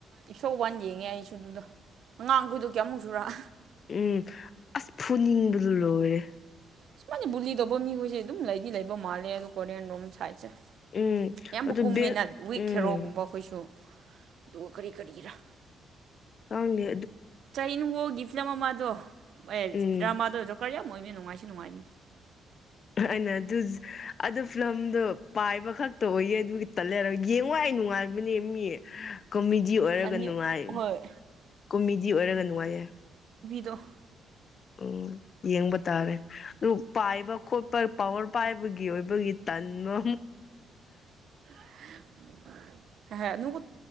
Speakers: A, on the right; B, on the left.
A: ꯏꯁꯧ ꯋꯥꯟ ꯌꯦꯡꯉꯦ ꯑꯩꯁꯨ ꯑꯗꯨꯗꯣ ꯑꯉꯥꯡꯈꯣꯏꯗꯣ ꯀꯌꯥꯃꯨꯛ ꯁꯨꯔꯛ
B: ꯎꯝ ꯑꯁ ꯐꯨꯅꯤꯡꯕꯗꯨ ꯂꯣꯏꯔꯦ
A: ꯁꯨꯃꯥꯏꯁꯦ ꯕꯨꯨꯂꯤꯗꯧꯕ ꯃꯤꯈꯣꯏꯁꯦ ꯑꯗꯨꯝ ꯂꯩꯗꯤ ꯂꯩꯕ ꯃꯥꯜꯂꯦ ꯑꯗꯨ ꯀꯣꯔꯤꯌꯟ ꯔꯣꯝ ꯁꯥꯏꯠꯁꯦ
B: ꯎꯝ
A: ꯌꯥꯝꯕ
B: ꯑꯗꯨ
A: ꯀꯨꯝꯃꯦꯅ
B: ꯕꯦꯛ
A: ꯋꯤꯛ
B: ꯎꯝ
A: ꯈꯦꯔꯣꯒꯨꯝꯕ ꯑꯩꯈꯣꯏꯁꯨ ꯗꯣ ꯀꯔꯤ ꯀꯔꯤꯔ
B: ꯑꯅꯦ
A: ꯆꯅ ꯒꯤ ꯐꯂꯝ ꯃꯥꯗꯣ ꯑꯦ
B: ꯎꯝ
A: ꯗ꯭ꯔꯃꯗ ꯀ ꯃꯣꯏꯗꯤ ꯅꯨꯡꯉꯥꯏꯁꯤ ꯅꯨꯡꯉꯥꯏꯃꯤ
B: ꯑꯩꯅ ꯑꯗꯨ ꯑꯗꯨ ꯐꯤꯂꯝꯗꯣ ꯄꯥꯏꯕ ꯈꯛꯇ ꯑꯣꯏꯌꯦ ꯑꯗꯨ ꯈꯤꯇ ꯂꯩ ꯅꯨꯡꯉꯥꯏ ꯅꯨꯡꯉꯥꯏꯕꯅꯦ ꯃꯤꯌꯦ ꯀꯣꯃꯦꯗꯤ ꯑꯣꯏꯔꯒ
A: ꯐꯅꯤ
B: ꯅꯨꯡꯉꯥꯏ
A: ꯍꯣꯏ
B: ꯀꯣꯃꯦꯗꯤ ꯑꯣꯏꯔꯒ ꯅꯨꯡꯉꯥꯏꯌꯦ
A: ꯗꯣ
B: ꯎꯝ ꯌꯦꯡꯕ ꯇꯥꯔꯦ ꯑꯗꯨ ꯄꯥꯏꯕ ꯈꯣꯠꯄ ꯄꯋꯥꯔ ꯄꯥꯏꯕꯒꯤ ꯑꯣꯏꯕꯒꯤ ꯇꯟꯕ
A: <inaudible> ꯍ ꯍꯣꯏ ꯑꯗꯨꯅꯕꯨ